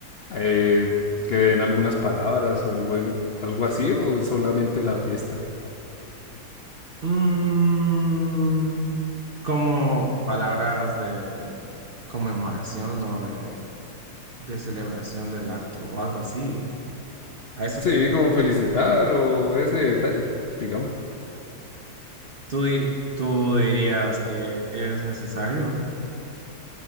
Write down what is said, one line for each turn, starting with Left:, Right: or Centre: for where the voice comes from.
Left: eh, que den algunas palabras o algo, en- algo así o solamente la fiesta.
Right: Mm, como palabras de conmemoración o de, de celebración del acto o algo así. ¿A eso
Left: Sí,
Right: te refieres?
Left: como felicitar o ese detalle, digamos.
Right: ¿Tú, dir- tú dirías que es necesario?